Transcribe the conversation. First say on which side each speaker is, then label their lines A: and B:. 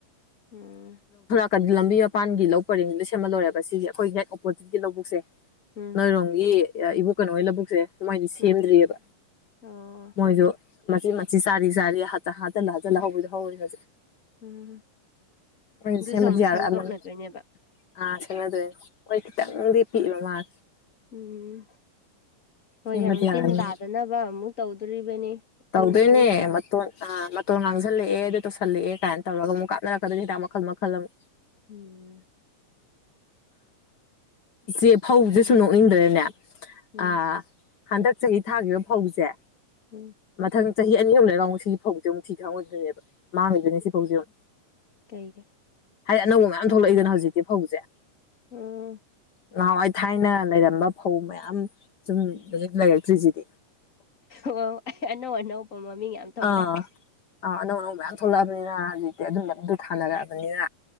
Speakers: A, on the left; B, on the left.
A: ꯎꯝ
B: ꯁꯦꯝꯗꯦ ꯂꯝꯕꯤ ꯃꯄꯥꯟꯒꯤ ꯂꯧ ꯄꯔꯤꯡꯗꯣ ꯁꯦꯝꯍꯜꯂꯣꯏꯦꯕ ꯁꯤꯒꯤ ꯑꯩꯈꯣꯏꯒꯤ ꯍꯦꯛ ꯑꯣꯄꯣꯖꯤꯠꯀꯤ ꯂꯧꯕꯨꯛꯁꯦ
A: ꯎꯝ
B: ꯅꯣꯏꯔꯣꯝꯒꯤ ꯏꯕꯣꯛ ꯀꯩꯅꯣꯒꯤ ꯂꯧꯕꯕꯨꯛꯁꯦ ꯃꯣꯏꯗꯤ ꯁꯦꯝꯗ꯭ꯔꯤꯑꯕ
A: ꯎꯝ ꯑꯣ
B: ꯃꯣꯏꯁꯨ ꯃꯆꯤ ꯃꯆꯤ ꯆꯥꯔꯤ ꯆꯥꯔꯤ ꯍꯥꯠꯇꯜ ꯍꯥꯖꯤꯅꯍꯧꯕꯤꯗꯣ ꯍꯧꯔꯤ ꯍꯧꯖꯤꯛ
A: ꯎꯝ
B: ꯃꯣꯏꯁꯨ
A: ꯑꯗꯨꯁꯨ
B: ꯁꯦꯝꯕꯗꯤ
A: ꯑꯃꯨꯛ
B: ꯌꯥꯔꯛꯑꯃꯅꯤ
A: ꯁꯦꯝꯗꯣꯛꯅꯗꯣꯏꯅꯦꯕ
B: ꯑꯥ ꯁꯦꯝꯅꯗꯣꯏꯅꯦ ꯍꯣꯏ ꯈꯤꯇꯪꯗꯤ ꯄꯤꯛꯏꯕ ꯃꯥꯜꯂꯤ
A: ꯎꯝ ꯍꯣꯏꯁ
B: ꯁꯦꯝꯕꯗꯤ
A: ꯑꯃꯨꯛ
B: ꯌꯥꯔꯅꯤ
A: ꯇꯤꯟ ꯇꯥꯗꯅꯕ ꯑꯃꯨꯛ ꯇꯧꯗꯣꯔꯤꯕꯅꯤ
B: ꯇꯧꯗꯣꯏꯅꯦ
A: ꯑꯗꯨꯏ ꯃꯇꯨꯡꯗ
B: ꯃꯇꯣꯟ ꯇꯣ ꯉꯥꯡꯁꯤꯜꯂꯛꯑꯦ ꯑꯗꯨ ꯇꯧꯁꯤꯜꯂꯑ ꯀꯥꯏ ꯇꯧꯔꯒ ꯑꯃꯨꯛ ꯀꯞꯅꯔꯛꯀꯗ ꯍꯤꯗꯥꯛ ꯃꯈꯜ ꯃꯈꯜ ꯑꯃ
A: ꯎꯝ
B: ꯏꯆꯦ ꯐꯧꯁꯦ
A: ꯃꯈꯜ
B: ꯁꯨꯝ
A: ꯃꯈꯜ
B: ꯅꯣꯛꯅꯤꯡꯗꯔꯅꯦ
A: ꯎꯝ
B: ꯑꯥ ꯍꯟꯗꯛ ꯆꯍꯤ ꯊꯥꯈꯤꯕ ꯐꯧꯁꯦ
A: ꯎꯝ
B: ꯃꯊꯪ ꯆꯍꯤ ꯑꯅꯤ ꯑꯍꯨꯝ ꯂꯩꯔꯒ ꯑꯃꯨꯛ ꯁꯤ ꯐꯧꯖꯦ ꯑꯃꯨꯛ ꯊꯤ ꯈꯪꯉꯣꯏꯗꯣꯏꯅꯦꯕ ꯃꯥꯡꯉꯤꯗꫭꯏꯅꯦ ꯁꯤ ꯐꯧꯖꯦ ꯑꯃꯨꯛ
A: ꯀꯩꯒ
B: ꯍꯥꯏꯗꯤ ꯑꯅꯧꯕ ꯃꯌꯥꯝ ꯊꯣꯛꯂꯛꯏꯗꯅ ꯍꯧꯖꯤꯛꯇꯤ ꯐꯧꯁꯦ
A: ꯎꯝ
B: ꯅꯍꯥꯟꯋꯥꯏ ꯊꯥꯏꯅ ꯂꯩꯔꯝꯕ ꯐꯧ ꯃꯌꯥꯝ ꯁꯨꯝ ꯍꯧꯖꯤ ꯂꯩꯔꯛꯇ꯭ꯔꯤꯁꯤꯗꯤ
A: ꯑꯣ ꯑꯅꯧ ꯑꯅꯧꯕ ꯃꯃꯤꯡ ꯌꯥꯝ ꯊꯣꯛꯂꯛꯑꯦ
B: ꯑꯥ ꯑꯥ ꯑꯅꯧ ꯑꯅꯧ ꯃꯌꯥꯝ ꯊꯣꯛꯂꯛꯑꯕꯅꯤꯅ ꯍꯧꯖꯤꯛꯇꯤ ꯑꯗꯨꯝꯕ ꯑꯗꯨꯗꯨ ꯊꯥꯅꯔꯛꯑꯕꯅꯤꯅ